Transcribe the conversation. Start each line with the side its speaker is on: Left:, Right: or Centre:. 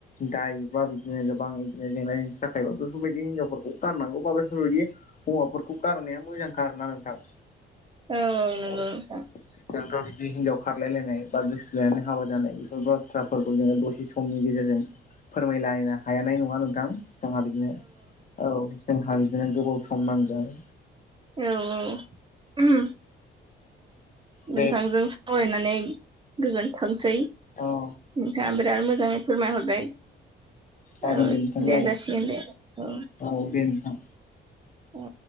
Left: दाय एबा बिदिनो गोबां इदिनो जेंना जेंसि जाखायोबा बेफोरबायदि हिनजाव <unintelligible> गारनांगौ बा बैफोरबायदि हौवाफोरखौ गारनाया मोजांखा आरो ना नोंथां।
Right: औ नोंगौ
Left: औ
Right: नोंथां।
Left: जोंथ' बिदि हिनजाव खारलाय लायनाय बा गोसथोलायनानै हाबा जानाय बेफोर बाथ्राफोरखौ जोङो दसे सम समनि गेजेरजों फोरमायलायनो हायानाय नङा नोंथां जोंहा बिदिनो औ। जोंहा बिदिनो गोबाव सम नांगोन।
Right: औ औ <unintelligible>
Left: दे
Right: नोंथांजों सावरायनानै गोजोनथोंसै
Left: औ
Right: नोंथाङा बिराद मोजाङै फोरमायहरबाय
Left: जागोन
Right: औ
Left: नोंथां
Right: दे
Left: जागोन
Right: जासिगोन दे औ
Left: औ दे नोंथां
Right: अ